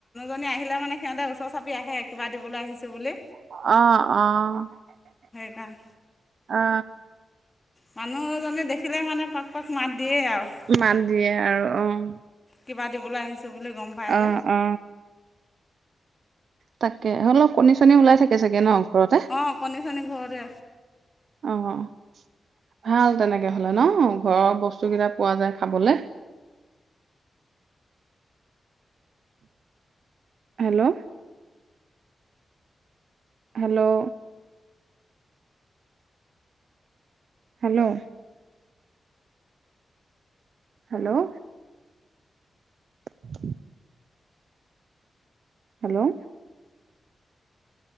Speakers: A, on the left (about 20°); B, on the right (about 65°).
A: আপুনি আহিলে মানে সিহঁতে ওচৰ চাপি আহে কিবা দিবলৈ আহিছো বুলি।
B: অ-অ,
A: উম,
B: অ '।
A: মানুহ জনে দেখিলে মানে পাক পাক মাত দিয়েই আৰু
B: মান দিয়ে আৰু অ'।
A: কিবা দিবলৈ আহিছোঁ বুলি গম পায়
B: অ
A: যে।
B: অ তাকে অলপ কণী-চনী ওলাই থাকে চাগে ন। ঘৰতে
A: অ' কণী চণী ঘৰৰে
B: অ', ভাল তেনেকে হলে ন ঘৰৰ বস্তু কেইটা পোৱা যায় খাবলে।
A: <inaudible>
B: Hello hello hello hello <inaudible> hello